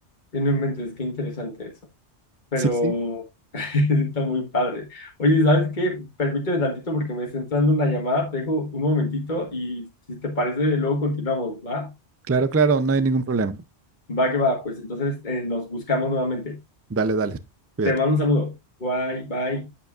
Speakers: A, on the left (about 45°); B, on the right (about 20°).
A: No inventes, qué interesante eso. pero
B: Sí, sí,
A: <laughs> está muy padre. Oye, ¿sabes qué? Permíteme tantito porque me está entrando una llamada, te dejo un momentito y si te parece, luego continuamos, ¿va?
B: claro, claro, no hay ningún problema.
A: Va que va, pues entonces eh, nos buscamos nuevamente.
B: Dale, dale, cuídate.
A: Te mando un saludo. Bye, bye.